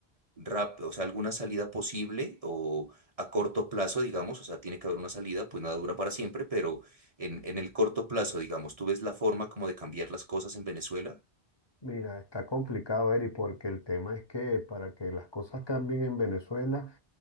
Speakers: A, on the right; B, on the left.
A: rap- o sea, alguna salida posible o a corto plazo, digamos? O sea, tiene que haber una salida, pues nada dura para siempre, pero en, en el corto plazo, digamos, ¿tú ves la forma como de cambiar las cosas en Venezuela?
B: Mira, está complicado, Eri, porque el tema es que para que las cosas cambien en Venezuela,